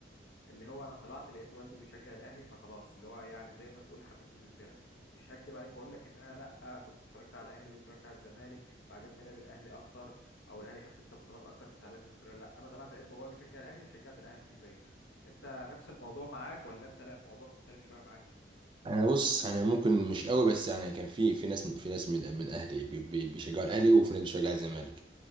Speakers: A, on the left (about 80°); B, on the right (about 25°).
A: اللي هو انا طلعت لقيت والدي بيشجع الاهلي فخلاص اللي هو يعني زي ما بتقول حببني في الفرقه مش هكدب عليك واقول لك ان انا لا كنت اتفرجت على الاهلي واتفرجت على الزمالك فعجبني لعب الاهلي اكتر او الاهلي كان بيكسب بطولات اكتر فطلعت في الفرقه لا انا طلعت لقيت بابايا بيشجع الاهلي فشجعت الاهلي زيه انت نفس الموضوع معاك ولا انت لا الموضوع مختلف شويه معاك
B: انا بص انا ممكن مش قوي بس يعني كان في في ناس في ناس من من اهلي بي- بي- بيشجعوا الاهلي وفي ناس بيشجعوا الزمالك